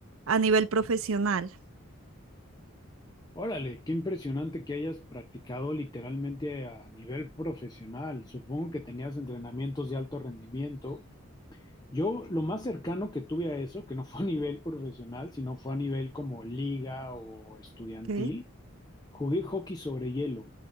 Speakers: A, on the right; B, on the left.
A: a nivel profesional.
B: Órale, qué impresionante que hayas practicado literalmente a nivel profesional. Supongo que tenías entrenamientos de alto rendimiento. Yo lo más cercano que tuve a eso, que no fue a nivel profesional, sino fue a nivel como liga o estudiantil,
A: ¿ok?
B: jugué hockey sobre hielo